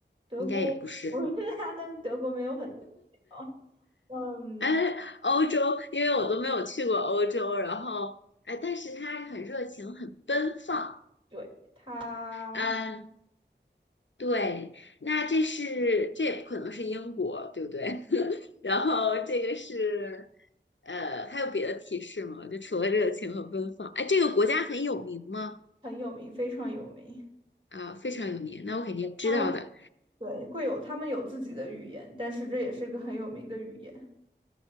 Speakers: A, on the right (about 30°); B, on the left (about 85°).
A: 德国，
B: 应该也不是。
A: <laughs> 我们他的德国没有很多地方嗯，
B: 哎，欧洲，因为我都没有去过欧洲，然后哎，但是他很热情，很奔放。
A: 对，他
B: 嗯，对，那这是这也不可能是英国，对不对？<laughs> 然后这个是呃，还有别的提示吗？就除了热情和奔放，哎，这个国家很有名吗？
A: 很有名，非常有名。
B: 啊，非常有名，那我肯定知道的。
A: 他对会有，他们有自己的语言，但是这也是个很有名的语言。